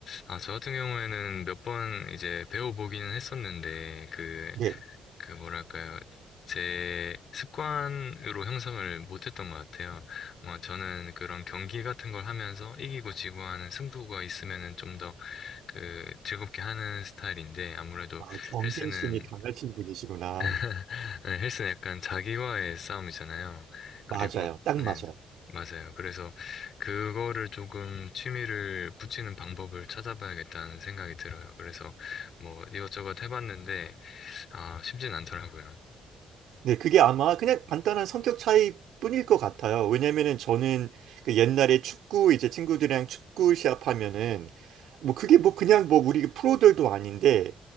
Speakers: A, on the left; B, on the right.
A: 아, 저 같은 경우에는 몇 번 이제 배워보기는 했었는데, 그
B: 네.
A: 그 뭐랄까요. 제 습관으로 형성을 못했던 것 같아요. 뭐 저는 그런 경기 같은 걸 하면서 이기고 지고 하는 승부가 있으면은 좀 더 그 즐겁게 하는 스타일인데 아무래도
B: 아, 경쟁심이
A: 헬스는
B: 강하신 분이시구나.
A: <laughs> 네, 헬스는 약간 자기와의 싸움이잖아요. 그리고
B: 맞아요. 딱
A: 네,
B: 맞아요.
A: 맞아요. 그래서 그거를 조금 취미를 붙이는 방법을 찾아봐야겠다는 생각이 들어요. 그래서 뭐 이것저것 해봤는데 아 쉽진 않더라고요.
B: 네, 그게 아마 그냥 간단한 성격 차이뿐일 것 같아요. 왜냐면은 저는 그 옛날에 축구 이제 친구들이랑 축구 시합하면은 뭐 그게 뭐 그냥 뭐 우리 프로들도 아닌데